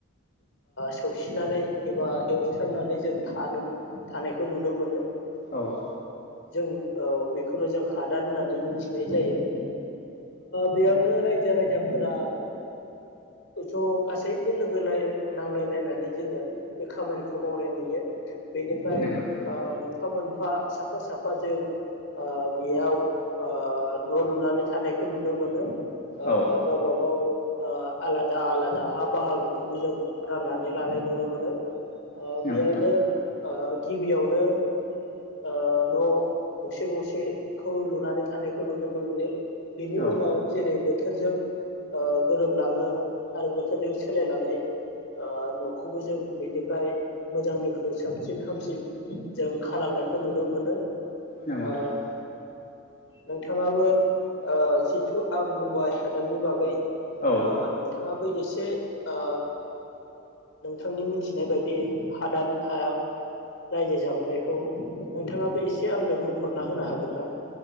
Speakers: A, on the left (about 65°); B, on the left (about 45°).
A: सौसिनानै एबा एवस्रांनानै जों थानो थानायखौ नुनो मोनो।
B: औ
A: औ बेखौनो जों हादान होननानै मिथिनाय जायो बेयावनो रायजो राजा फोरा ज' गासैबो लोगोय नांलायलायनानै जोङो बे खामानिखौ मावनाय नुयो बेनिफ्राय
B: नंगौ नोंथां
A: मोनफा मोन फा साफा साफा जों ओ बेयाव ओ न' लुनानै थानायखौ नुनो मोनो ओ
B: औ
A: गावबा गाव ओ आलादा आलादा हा बाहागोखौबो जों राननानै लानाय नुनो मोनो। ओ
B: नंगौ
A: बेहायनो
B: नोंथां
A: ओ- गिबियावनो ओ न'- गंसे गंसेखौ लुनानै थानायखौ नुनो मोनग्रो बेनि
B: औ
A: उनाव जेरै बोथोरजों ओ गोरोबलाङो आरो बोथोरजों सोलायलाङै न'खौबो जों बिनिफ्राय मोजांनिख्रुइ साबसिन हामसिन जों खालामांनायखौ नुनो मोनो।
B: नांगौ नोंथां
A: ओ नोंथाङाबो ओ जिथु आं बुंबाय हादाननि बागै
B: औ
A: ओ नोंथाङा बो एसे ओ नोंथांनि मिथिनाय बायदि दि हादान हा रायजो जाबोनायखौ नोंथाङाबो ए से आंनो बुंफोरना होनो हागोन ना?